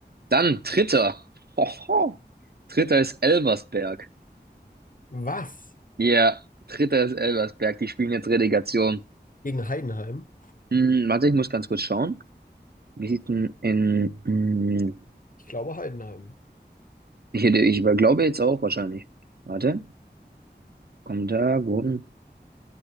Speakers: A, on the right; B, on the left.
A: Dann dritter. Hoho. Dritter ist Elversberg.
B: Was?
A: Ja, dritter ist Elversberg. Die spielen jetzt Relegation.
B: Gegen Heidenheim?
A: Hm, warte, ich muss ganz kurz schauen. Wie sieht denn in, mh,
B: Ich glaube Heidenheim.
A: ich hätte, ich über- glaube jetzt auch wahrscheinlich. Warte, komm da, Gurken.